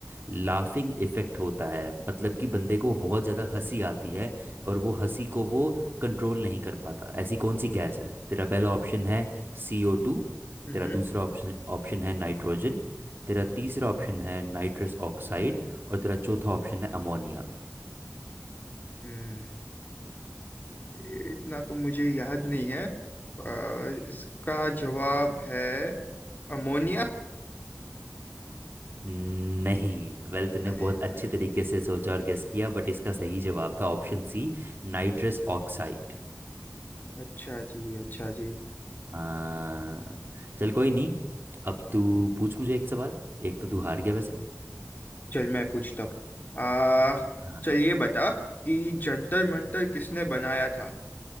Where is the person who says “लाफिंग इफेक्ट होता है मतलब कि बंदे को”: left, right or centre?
Right